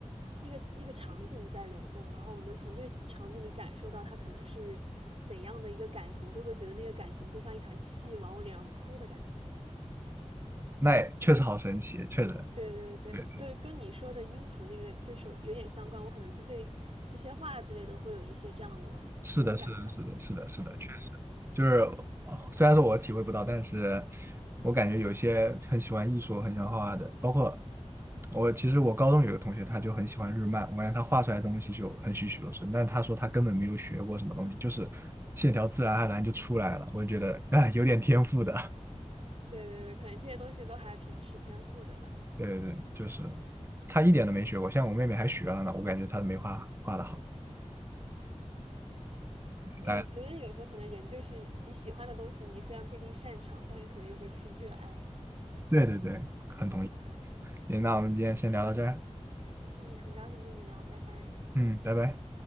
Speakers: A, on the right; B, on the right.
A: 那个那个场景在流动，然后我能从这个场景里感受到他可能是怎样的一个感情，就会觉得那个感情就像一团气往我脸上扑的感觉。
B: 那也确实好神奇，确实。
A: 对对对，
B: 对对。
A: 就是跟你说的音符那个就是有点相关，我可能就对这些话之类的会有一些这样的通感吧。
B: 是的，是的，是的，是的，是的，
A: 嗯，
B: 确实，就是啊虽然说我体会不到，但是我感觉有些很喜欢艺术、很喜欢画画的，包括我，其实我高中有个同学，他就很喜欢日漫，我感觉他画出来的东西就很栩栩如生，但是他说他根本没有学过什么东西，就是线条自然而然就出来了，我就觉得啊、哎有点天赋的，
A: 对对对，可能这些东西都还挺吃天赋的吧。
B: <laughs> 对对对，就是他一点都没学过，像我妹妹还学了呢，我感觉她没画画的好，
A: 对，
B: 大家
A: 觉得有时候可能人就是你喜欢的东西，你虽然不一定擅长，但是可能有时候就是热爱。
B: 对对对，很同意。行，那我们今天先聊到这儿，
A: 嗯，很高兴跟你聊，拜拜。
B: 嗯，拜拜。